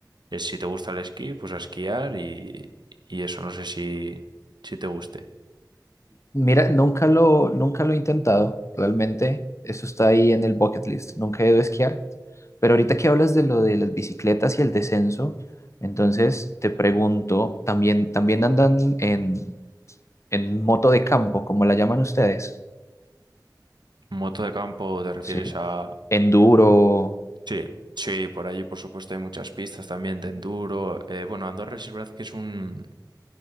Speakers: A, on the right; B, on the left.
A: Es si te gusta el esquí, pues a esquiar y, y eso no sé si, si te guste.
B: Mira, nunca lo, nunca lo he intentado, realmente. Eso está ahí en el bucket list. Nunca he ido a esquiar. Pero ahorita que hablas de lo de las bicicletas y el descenso, entonces te pregunto, ¿también, también andan en, en moto de campo, como la llaman ustedes?
A: Moto de campo, ¿te refieres
B: Sí.
A: a...?
B: Enduro,
A: Sí, sí, por allí por supuesto hay muchas pistas también de enduro. Eh, bueno, Andorra sí es verdad que es un,